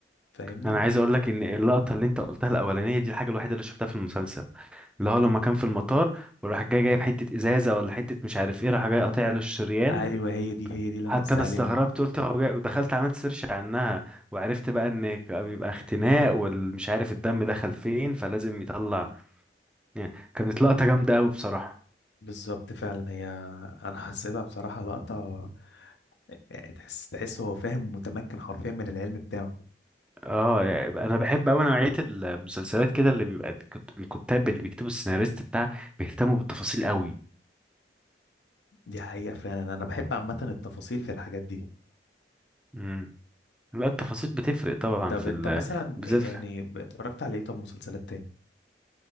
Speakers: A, on the left; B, in the centre.
A: فاهمني
B: انا عايز اقول لك ان اللقطة اللي انت قلتها الاولانية دي الحاجة الوحيدة اللي شفتها في المسلسل اللي هو لما كان في المطار وراح جاي جايب حتة ازازة ولا حتة مش عارف ايه راح جاي قاطع له الشريان
A: ايوه هي دي هي دي اللي
B: حتى
A: انا قصدي
B: انا
A: عليها
B: استغربت قلت هو جاي- ودخلت عملت سيرش عنها وعرفت بقى ان ك- بيبقى اختناق والمش عارف الدم دخل فين فلازم يطلع يعني كانت لقطة جامدة قوي بصراحة
A: بالظبط فعلا هي انا حسيتها بصراحة لقطة يعني تحس تحس هو فاهم متمكن حرفيا من العلم بتاعه
B: اه يعني انا بحب قوي نوعيه المسلسلات كده اللي بيبقى الكت- الكتاب اللي بيكتبوا السيناريست بتاع بيهتموا بالتفاصيل قوي
A: دي حقيقة فعلا انا بحب عامة التفاصيل في الحاجات دي
B: امم لا التفاصيل بتفرق طبعا
A: طب
B: في
A: انت
B: ال...
A: مثلا
B: بالذات
A: إيه-
B: في...
A: يعني اتفرجت على ايه طب مسلسلات تاني